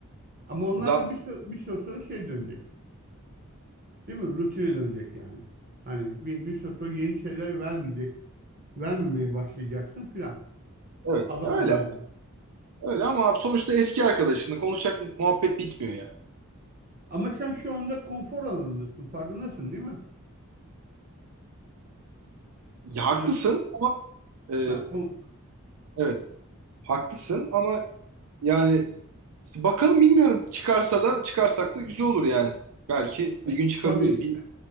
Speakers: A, on the right; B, on the right.
A: Ama onlar
B: Daha,
A: da bir, sü- bir süre sonra şey dönecek. Değil mi? Rutine dönecek yani. Hani bir, bir süre sonra yeni şeyler vermeyecek. Vermemeye başlayacaksın filan.
B: evet
A: Alamamaya
B: öyle
A: bak.
B: öyle ama abi sonuçta eski arkadaşınla konuşacak muhabbet bitmiyor yani.
A: Ama sen şu anda konfor alanındasın. Farkındasın değil mi?
B: Ya haklısın
A: Hani bu
B: ama e,
A: ha, kon,
B: evet haklısın ama yani işte bakalım bilmiyorum çıkarsa da çıkarsak da güzel olur yani. Belki
A: ha,
B: bir gün çıkabiliriz.
A: tabii
B: Bil